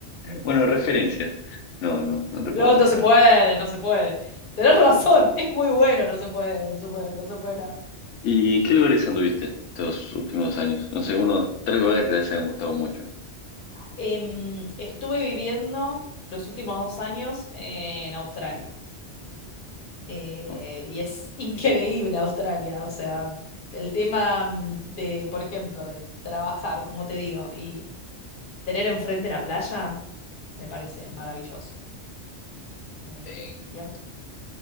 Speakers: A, on the left (about 85°); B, on the left (about 50°).
A: Bueno, referencias. No, no, no te puedo
B: No,
A: dar.
B: no se puede, no se puede. Tenés razón, <laughs> es muy bueno, no se puede, no se puede, no se puede nada.
A: ¿Y en qué lugares anduviste estos últimos años? No sé, unos tres lugares que te hayan gustado mucho.
B: Em, estuve viviendo los últimos dos años en Australia. Eh,
A: ¿no?
B: y es <laughs> increíble Australia. O sea, el tema mm, de, por ejemplo, de trabajar, como te digo, y tener enfrente la playa, me parece maravilloso. Eh,
A: ¿En
B: y Aus-